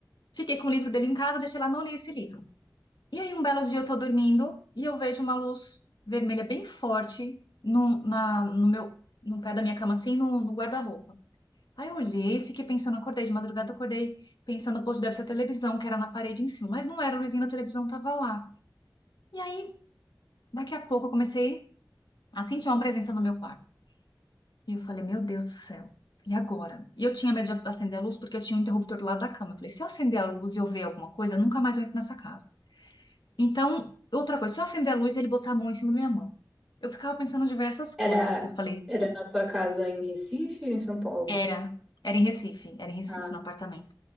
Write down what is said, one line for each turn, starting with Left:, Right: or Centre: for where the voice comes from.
Left: Fiquei com o livro dele em casa, deixei lá, não li esse livro. E aí, um belo dia, eu tô dormindo e eu vejo uma luz vermelha bem forte no, na, no meu, no pé da minha cama, assim, no, no guarda-roupa. Aí eu olhei, fiquei pensando, acordei de madrugada, acordei pensando, poxa, deve ser a televisão, que era na parede em cima. Mas não era, a luzinha da televisão tava lá. E aí, daqui a pouco, eu comecei a sentir uma presença no meu quarto. E eu falei, meu Deus do céu. E agora? E eu tinha medo de acender a luz porque eu tinha um interruptor do lado da cama. Eu falei, se eu acender a luz e eu ver alguma coisa, nunca mais eu entro nessa casa. Então, outra coisa, se eu acender a luz, e ele botar a mão em cima da minha mão. Eu ficava pensando em diversas coisas.
Centre: Era,
Left: Eu falei,
Centre: era na sua casa em Recife ou em São Paulo?
Left: era, era em Recife, era em Recife,
Centre: Ah.
Left: no apartamento.